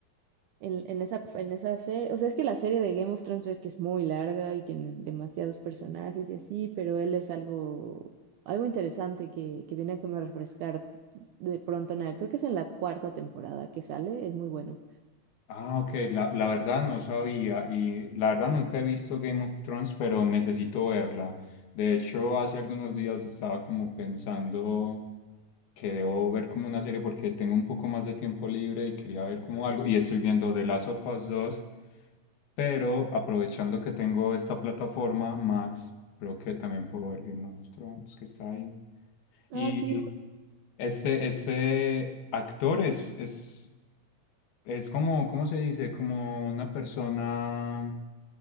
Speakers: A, on the right (about 75°); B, on the left (about 85°).
A: en, en esa, en esa serie, o sea, es que la serie de Game of Thrones ves que es muy larga y tiene demasiados personajes y así, pero él es algo, algo interesante que, que viene como a refrescar de pronto en el, creo que es en la cuarta temporada que sale, es muy bueno.
B: Ah, ok, la, la verdad no sabía y la verdad nunca he visto Game of Thrones, pero necesito verla. De hecho, hace algunos días estaba como pensando que debo ver como una serie porque tengo un poco más de tiempo libre y quería ver como algo y estoy viendo The Last of Us dos, pero aprovechando que tengo esta plataforma, Max, creo que también puedo ver Game of Thrones que está ahí.
A: Ah,
B: Y
A: sí,
B: ese, ese actor es, es es como, ¿cómo se dice? Como una persona,